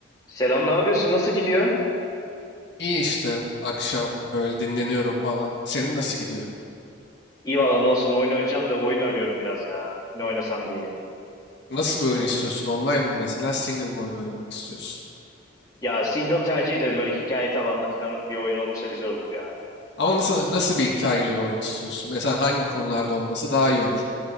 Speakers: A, on the left; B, on the left.
A: Selam, ne yapıyorsun? Nasıl gidiyor?
B: İyi işte akşam böyle dinleniyorum falan. Senin nasıl gidiyor?
A: İyi valla ne olsun oyun oynayacağım da oyun arıyorum biraz ya. Ne oynasam diye.
B: Nasıl bir oyun istiyorsun? Online mı mesela single mı oyun oynamak istiyorsun?
A: Ya single tercih ederim böyle hikaye tabanlı falan bir oyun olursa güzel olur ya.
B: Ama nasıl nasıl bir hikayeli bir oyun istiyorsun? Mesela hangi konularda olması daha iyi olur?